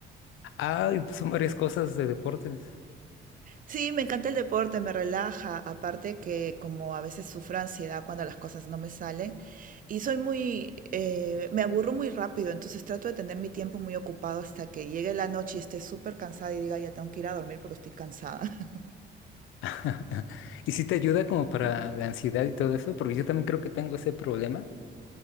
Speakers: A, on the left (about 80°); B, on the right (about 45°).
A: Ay, pues son varias cosas de deportes.
B: Sí, me encanta el deporte, me relaja, aparte que como a veces sufro ansiedad cuando las cosas no me salen y soy muy, eh, me aburro muy rápido, entonces trato de tener mi tiempo muy ocupado hasta que llegue la noche y esté súper cansada y diga ya tengo que ir a dormir porque estoy cansada. <laughs>
A: <laughs> Y si te ayuda como para la ansiedad y todo eso, porque yo también creo que tengo ese problema,